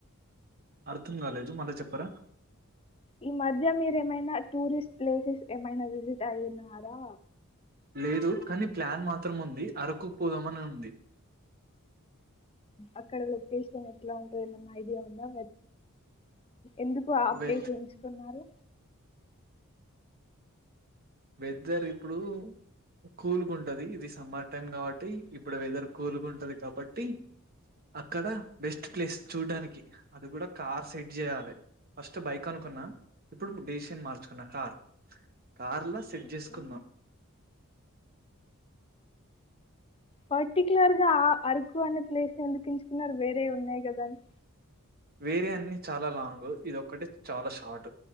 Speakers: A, on the right; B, on the left.
A: అర్థం కాలేదు మళ్ళీ చెప్పరా
B: ఈ మధ్య మీరేమైనా టూరిస్ట్ ప్లేసెస్ ఏమైనా విజిట్ అయినారా
A: లేదు కని ప్లాన్ మాత్రం ఉంది అరకుకు పోదామని ఉంది.
B: అక్కడ లొకేషన్ ఎట్లా ఉంటది ఏమన్నా ఐడియా ఉందా ఎందుకు ఆ
A: వె
B: ప్లేస్ ఎంచుకున్నారు
A: వెదర్ ఇప్పుడు కూల్ గా ఉంటది ఇది సమ్మర్ టైం కాబట్టి ఇప్పుడు వెదర్ కూల్ ఉంటది కాబట్టి అక్కడ బెస్ట్ ప్లేస్ చూడానికి అది కూడా కార్ సెట్ చేయాలే ఫస్ట్ బైక్ అనుకున్న ఇప్పుడు డేసిషన్ మార్చుకున్న కార్ కార్ లో సెట్
B: ఓకే
A: చేసుకుందాం
B: పటిక్లార్ గా ఆ అరుకు అనే ప్లేస్ నే ఎందుకు ఎంచుకున్నారు వేరే ఉన్నాయి కదాండి
A: వేరే అన్ని చాలా లాంగ్ ఇదోక్కటే చాలా షార్ట్